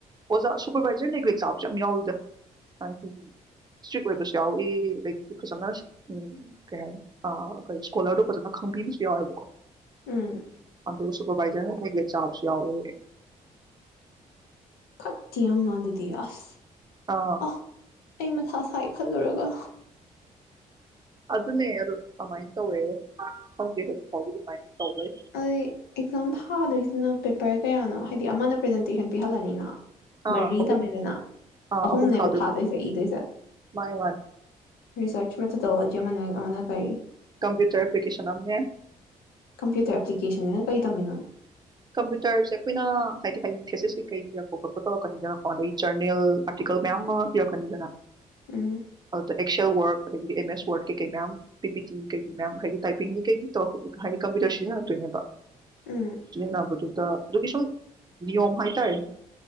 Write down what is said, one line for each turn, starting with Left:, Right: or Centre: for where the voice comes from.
Right: ꯑꯣꯖꯥ ꯁꯨꯄꯔꯕꯥꯏꯖꯔ ꯅꯦꯒ꯭ꯂꯦꯛ ꯆꯥꯕꯁꯨ ꯌꯥꯝ ꯌꯥꯎꯋꯤꯗ ꯑꯩꯈꯣꯏꯒꯤ ꯁꯇ꯭ꯔꯤꯛ ꯑꯣꯏꯕꯁꯨ ꯌꯥꯎꯏ ꯑꯗꯒꯤꯗꯤ ꯐꯖꯅ ꯀꯩ ꯍꯥꯏꯅꯤ ꯑꯥ ꯁ꯭ꯀꯣꯂꯔꯗꯣ ꯐꯖꯅ ꯈꯪꯕꯤꯕꯁꯨ ꯌꯥꯎꯋꯦꯕꯀꯣ꯫
Left: ꯎꯝ
Right: ꯑꯗꯨꯒ ꯁꯨꯄꯔꯕꯥꯏꯖꯔꯅ ꯅꯦꯒꯜꯦꯛ ꯆꯥꯕꯁꯨ ꯌꯥꯎꯑꯦ
Left: <unintelligible> ꯇꯤ ꯌꯥꯝꯅ ꯑꯥꯗꯨꯗꯤ ꯑꯁ
Right: ꯑꯥ
Left: ꯑ ꯑꯩꯃ ꯊ ꯁꯥꯏ ꯈꯜꯂꯨꯔꯒ
Right: ꯑꯗꯨꯅꯦ ꯑꯗꯨ ꯀꯃꯥꯏꯟ ꯇꯧꯋꯦ ꯈꯪꯗꯦ ꯍꯧꯖꯤꯛ ꯐꯥꯎꯒꯤ ꯑꯗꯨꯃꯥꯏꯅ ꯇꯧ ꯂꯩ
Left: ꯑꯩ ꯑꯦꯛꯖꯥꯝ ꯊꯥ ꯊꯥꯗꯨꯏꯁꯤꯅ ꯄꯦꯄꯔ ꯀꯌꯥꯅꯣ ꯍꯥꯏꯗꯤ ꯑꯃꯅ ꯄ꯭ꯔꯖꯦꯟꯇꯦꯁꯟ ꯄꯤꯍꯜꯂꯅꯤꯅ
Right: ꯑꯥ
Left: ꯃꯔꯤ
Right: ꯑꯍꯨꯝ
Left: ꯇꯝꯃꯦꯗꯅ
Right: ꯑꯥ
Left: ꯑꯍꯨꯝꯅꯦꯕ
Right: ꯑꯍꯨꯝ ꯊꯥꯗꯣꯏ
Left: ꯊꯥꯗꯣꯏꯁꯦ ꯏꯗꯣꯏꯁꯦ
Right: ꯃꯥꯅꯦ ꯃꯥꯅꯦ
Left: ꯔꯤꯁꯔꯆ ꯃꯦꯊꯣꯂꯣ <inaudible> ꯑꯃꯅꯥ ꯀꯔꯤ
Right: ꯀꯝꯄꯌꯨꯇꯔ ꯑꯦꯄ꯭ꯂꯤꯀꯦꯁꯟ ꯑꯝꯅꯦ
Left: ꯀꯝꯄ꯭ꯌꯨꯇꯔ ꯑꯦꯄ꯭ꯂꯤꯀꯦꯁꯟꯁꯤꯅ ꯀꯩ ꯇꯝꯃꯤꯅꯣ꯫
Right: ꯀꯝꯄ꯭ꯌꯨꯇꯔꯁꯦ ꯑꯩꯈꯣꯏꯅ ꯍꯥꯏꯗꯤ ꯍꯥꯏꯗꯤꯡ ꯐꯦꯁꯦꯁꯦ ꯀꯩ ꯏꯔꯛꯄ ꯈꯣꯠꯄ ꯊꯣꯛꯧꯂꯛꯀꯅꯤꯗꯅꯀꯣ ꯑꯗꯩ ꯖꯔꯅꯦꯜ ꯑꯥꯔꯇꯤꯀꯜ ꯃꯌꯥꯝ ꯑꯃ ꯏꯔꯛꯀꯅꯤꯗꯅ꯫
Left: ꯎꯝ
Right: ꯑ ꯑꯦꯛꯁꯦꯜ ꯋꯥꯔꯛ ꯑꯗꯒꯤꯗꯤ ꯑꯦꯝ ꯑꯦꯁ ꯋꯥꯔꯗ ꯀꯩꯀꯩ ꯃꯌꯥꯝ ꯄꯤ ꯄꯤ ꯇꯤ ꯀꯩꯒꯤ ꯃꯌꯥꯝ ꯍꯥꯏꯗꯤ ꯇꯥꯏꯄꯤꯡꯒꯤ ꯀꯩꯒꯤ ꯇꯧꯔꯛ ꯍꯥꯏꯗꯤ ꯀꯝꯄ꯭ꯌꯨꯇꯔ ꯁꯤꯖꯤꯟꯅꯂꯥꯛꯛꯇꯣꯏꯅꯦꯕ
Left: ꯎꯝ
Right: ꯅꯕꯗꯨꯗ ꯑꯗꯨꯒꯤ ꯁꯨꯝ ꯅꯤꯌꯣꯝ ꯍꯥꯏꯇꯥꯔꯦ